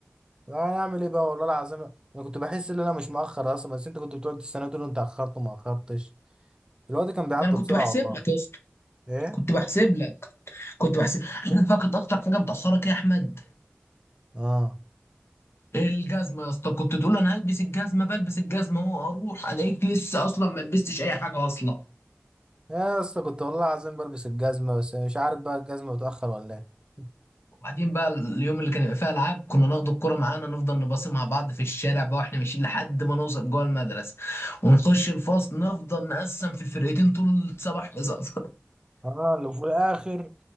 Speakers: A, on the right (about 20°); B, on the left (about 65°).
A: انا اعمل ايه بقى والله العظيم انا كنت بحس ان انا مش مأخر اصلا بس انت كنت بتقعد تستناني تقول انت اخرت وما اخرتش الوقت كان بيعدي
B: ده انا كنت
A: بسرعه
B: بحسب
A: والله
B: لك يا اسطى
A: ايه
B: كنت بحسب لك كنت بحسب عارف بقى كانت اكتر حاجه بتاخرك إيه يا احمد
A: اه
B: الجزمه يا اسطى كنت تقول انا هلبس الجزمه بلبس الجزمه هو اروح الاقيك لسه اصلا ما لبستش اي حاجه اصلا
A: يا اسطى كنت والله العظيم بلبس الجزمه بس مش عارف بقى الجزمه متأخر ولا ايه <laughs>
B: وبعدين بقى اليوم اللي كان يبقى فيه العاب كنا ناخد الكرة معانا نفضل نباصي مع بعض في الشارع بقى واحنا ماشيين لحد ما نوصل جوه المدرسة ونخش الفصل نفضل نقسم في الفرقتين طول سبع حصص
A: اه لو في الاخر